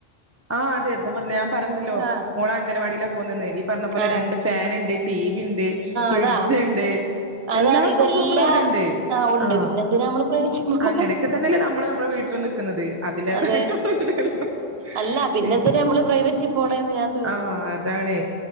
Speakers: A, on the right; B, on the right.
A: ആ അതെ അത് പിന്നെ ഞാൻ പറേണ്ടല്ലോ
B: ആഹ്
A: മോളെ അംഗൻവാടില് പോന്നെന്നെ പറഞ്ഞ പോലെ
B: ആഹ്
A: രണ്ട് ഫാന്ണ്ട് ടി വി വി ണ്ട് ഫ്രിഡ്ജ്ണ്ട്
B: അതാ അതാണ്
A: എല്ലാ
B: ഇതെല്ലാ
A: സംഭവങ്ങളും അവിടെണ്ട്
B: ആഹ് ഉണ്ട്
A: ആ
B: പിന്നെന്തിനാ നമ്മള് പ്രൈവറ്റിൽ പോണെ
A: അങ്ങനെക്കെ തന്നെല്ലേ നമ്മള് മ്മള വീട്ടില്നിക് ക്ക്ന്നത് അതിലേറായിട്ട
B: അതെ
A: <unintelligible>
B: അല്ല പിന്നെന്തിനാ
A: പിൻ
B: നമ്മള് പ്രൈവറ്റിൽ പോണേന്ന് ഞാൻ ചോദിക്ക
A: ആ അതാണ്